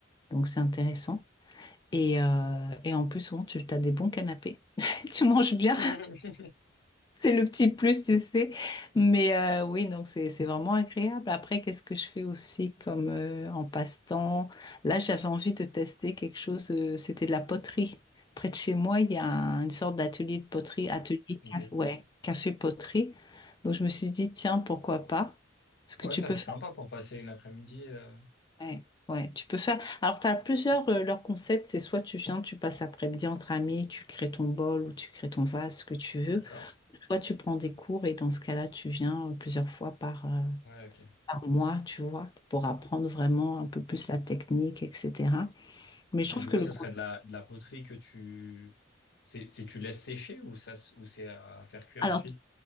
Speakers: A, on the left; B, on the left.
A: Donc, c'est intéressant. Et, euh, et en plus, souvent, tu as des bons canapés. <laughs> Tu manges bien.
B: <laughs>
A: C'est le petit plus, tu sais. Mais euh, oui, donc c'est c'est vraiment agréable. Après, qu'est-ce que je fais aussi comme euh, en passe-temps? Là, j'avais envie de tester quelque chose. euh, c'était de la poterie. Près de chez moi, il y a un- une sorte d'atelier de poterie, atelier,
B: Ok.
A: ca- ouais, café poterie. Donc je me suis dit, tiens, pourquoi pas? Ce que
B: Ouais,
A: tu
B: ça
A: peux
B: c'est
A: faire.
B: sympa pour passer une après-midi. euh,
A: Ouais, ouais, tu peux faire. Alors, tu as plusieurs, euh, leurs concepts. C'est soit tu viens, tu passes après-midi entre amis, tu crées ton bol ou tu crées ton vase, ce que tu veux.
B: D'accord.
A: Toi, tu prends des cours et dans ce cas-là, tu viens euh, plusieurs fois par, euh,
B: Ouais, ok.
A: par mois, tu vois, pour apprendre vraiment un peu plus la technique, etc. Mais
B: Parce
A: je trouve
B: que du
A: que
B: coup,
A: le...
B: ce serait de la, de la poterie que tu... C'est, c'est tu laisses sécher ou ça, s- ou c'est à faire cuire
A: Alors,
B: ensuite?